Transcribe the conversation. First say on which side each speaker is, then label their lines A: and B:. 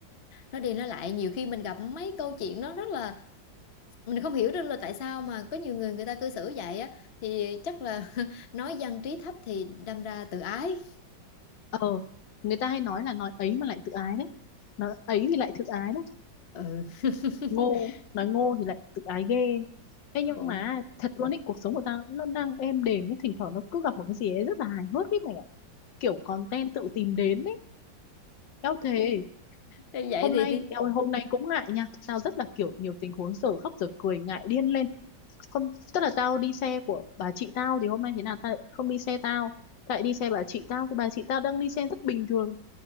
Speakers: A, on the left (about 45°); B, on the left (about 75°).
A: nó đi nó lại nhiều khi mình gặp mấy câu chuyện nó rất là mình không hiểu được là tại sao mà có nhiều người người ta cư xử vậy á thì chắc là <laughs> nói dân trí thấp thì đâm ra tự ái
B: ờ người ta hay nói là nói ấy mà lại tự ái đấy nói ấy thì lại tự ái đấy
A: ừ <laughs>
B: ngô nói ngô thì lại tự ái ghê Thế
A: khổ
B: nhưng mà thật luôn ý, cuộc sống của tao nó đang êm đềm nhưng thỉnh thoảng nó cứ gặp một cái gì ấy rất là hài hước ấy mày ạ. Kiểu content tự tìm đến ấy. Eo thề.
A: thế vậy
B: hôm
A: thì
B: nay
A: thì
B: eo ơi, hôm nay cũng ngại nha tao rất là kiểu nhiều tình huống dở khóc dở cười ngại điên lên không tức là tao đi xe của bà chị tao thì hôm nay thế nào tao lại không đi xe tao tại đi xe bà chị tao thì bà chị tao đang đi xe rất bình thường